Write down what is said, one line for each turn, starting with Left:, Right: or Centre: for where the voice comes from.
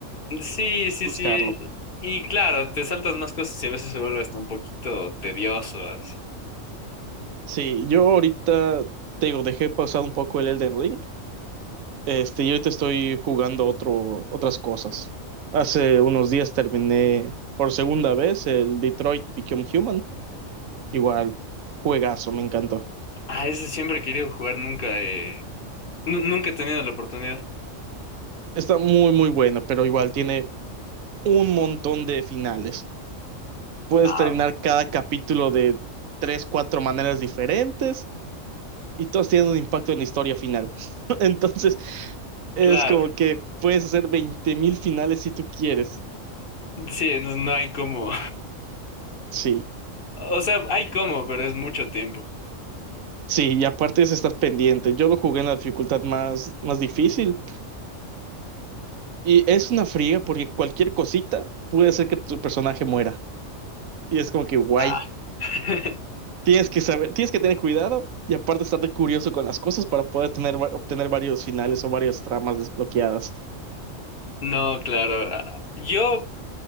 Left: sí, sí.
Right: buscarlo.
Left: sí, eh, Y claro, te saltas más cosas y a veces se vuelve hasta un poquito tedioso. así.
Right: Sí, yo ahorita, te digo, dejé pausado un poco el Elden Ring. Este, yo ahorita estoy jugando otro, otras cosas. Hace unos días terminé por segunda vez el Detroit Become Human. Igual, juegazo, me encantó.
Left: Ah, ese siempre he querido jugar, nunca he, nu- nunca he tenido la oportunidad.
Right: Está muy, muy bueno, pero igual tiene un montón de finales. Puedes
Left: Ah,
Right: terminar cada capítulo de tres, cuatro maneras diferentes y todos tienen un impacto en la historia final. <laughs> Entonces, es
Left: Claro.
Right: como que puedes hacer 20.000 finales si tú quieres.
Left: Sí, entonces no hay como.
Right: Sí,
Left: O sea, hay como, pero es mucho tiempo.
Right: sí, y aparte es estar pendiente. Yo lo jugué en la dificultad más, más difícil y es una fría porque cualquier cosita puede hacer que tu personaje muera. Y es como que guay.
Left: Ah, <laughs>
Right: Tienes que saber, tienes que tener cuidado y aparte estar de curioso con las cosas para poder tener, obtener varios finales o varias tramas desbloqueadas.
Left: No, claro. ah, Yo